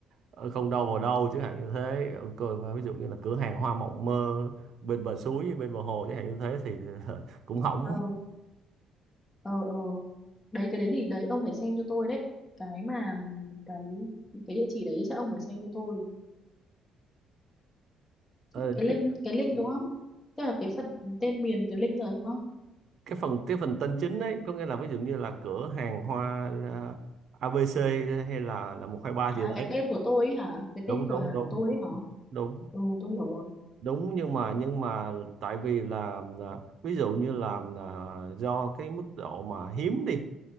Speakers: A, on the right; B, on the left.
A: ờ, không đâu vào đâu chẳng hạn như thế Ờ, coi- ví dụ như là cửa hàng hoa mộng mơ bên bờ suối bên bờ hồ chẳng hạn như thế thì <laughs> cũng hỏng
B: Ờ, ờ, ờ. Đấy, cái đấy thì đấy, ông phải xem cho tôi đấy. Cái mà, ừm, cái cái địa chỉ đấy chắc ông phải xem cho tôi.
A: Ờ,
B: Cái
A: chứ
B: link, cái link Ừ. đúng không? Tức là cái phần tên miền, cái link rồi đúng không?
A: cái phần cái phần tên chính ấy có nghĩa là ví dụ như là cửa hàng hoa ờ, ABC hay là là một hai ba
B: À,
A: gì đấy
B: cái tên của tôi ấy hả? Cái
A: đúng
B: tên cửa
A: đúng
B: hàng
A: đúng
B: của tôi ấy hả?
A: đúng
B: Ừ, tôi hiểu rồi.
A: đúng nhưng mà nhưng mà tại vì là à, ví dụ như là à, do cái mức độ mà hiếm đi